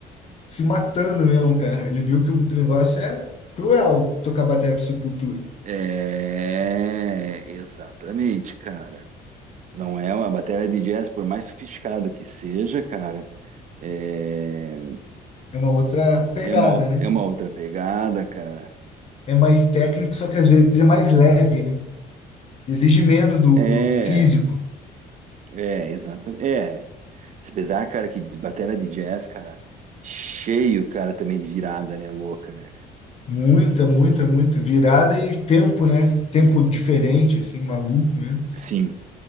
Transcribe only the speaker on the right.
É, exatamente, cara. Não é uma bateria de jazz, por mais sofisticada que seja, cara. É,
é uma,
é uma outra pegada, cara.
É,
é, exatamente. É. Apesar, cara, que bateria de jazz, cara, cheio, cara, também de virada, né? Louca, né, cara?
Sim.